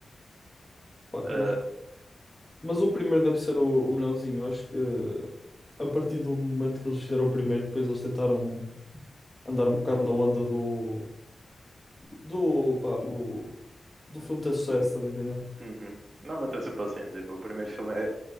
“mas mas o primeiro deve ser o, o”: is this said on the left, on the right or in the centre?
Centre